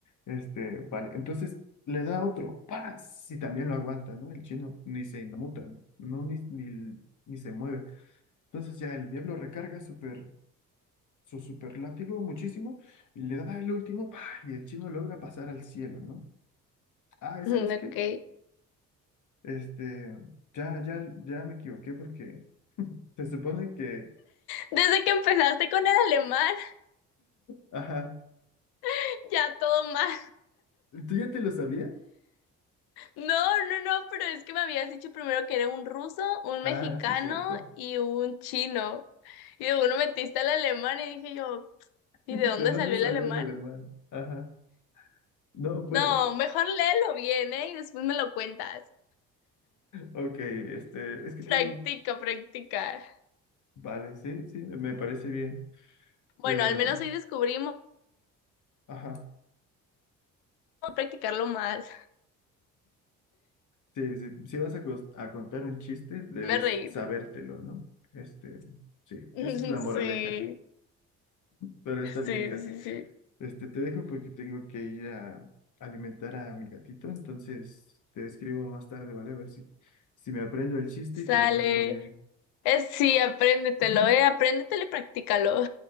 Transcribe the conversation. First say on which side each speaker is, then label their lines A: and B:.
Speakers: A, on the left (about 45°); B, on the left (about 60°).
A: Este, vale. Entonces le da otro. ¡Paz! Y también lo aguanta, ¿no? El chino ni se inmuta, no No, ni, ni, ni se mueve. Entonces ya el diablo recarga súper su super muchísimo y le da el último, ¡pa! y el chino logra pasar al cielo, ¿no? Ah, ¿y
B: Mm,
A: sabes qué?
B: Ok.
A: Este, ya, ya, ya me equivoqué porque se supone que,
B: Desde que empezaste con el alemán,
A: ajá,
B: <laughs> ya todo mal.
A: ¿tú ya te lo sabías?
B: No, no, no, pero es que me habías dicho primero que era un ruso, un
A: Ah,
B: mexicano
A: sí, cierto.
B: y un chino. Y de uno metiste al alemán y dije yo,
A: <laughs>
B: ¿y
A: ¿De
B: de dónde
A: dónde
B: salió
A: salió
B: el alemán?
A: el alemán? Ajá. No, bueno,
B: No, mejor léelo bien, ¿eh? Y después me lo cuentas.
A: ok, este, es que
B: Practica,
A: tengo,
B: practica.
A: vale, sí, sí, me me parece bien,
B: Bueno,
A: pero,
B: al menos hoy descubrimos
A: ajá,
B: practicarlo más.
A: sí, sí, si vas a, cos- a contar un chiste, debes
B: Me reí.
A: sabértelo, ¿no? Este, sí,
B: <laughs>
A: esa es la
B: Sí,
A: moraleja. Pero está bien,
B: sí,
A: Cas.
B: sí, sí.
A: Este, te dejo porque tengo que ir a alimentar a mi gatito, entonces te escribo más tarde, ¿vale? A ver si, si me aprendo el chiste
B: Sale.
A: y te lo cuento bien.
B: Es, sí, apréndetelo,
A: <laughs>
B: eh, apréndetelo y practícalo.